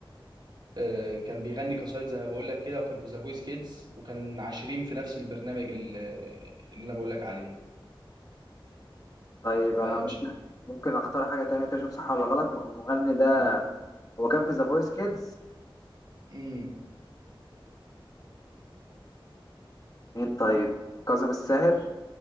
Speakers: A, on the right (about 55°); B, on the left (about 40°).
A: آه، كان بيغني قصايد زي ما بقول لك كده وكان في ذا فويس كيدز وكان عشرين في نفس البرنامج ال- اللي انا بقول لك عليه
B: طيب أنا
A: فمش
B: ممكن ممكن أختار حاجة تانية كده أشوف صح ولا غلط المغني ده
A: مم.
B: هو كان في ذا فويس كيدز
A: مم.
B: مين طيب كاظم الساهر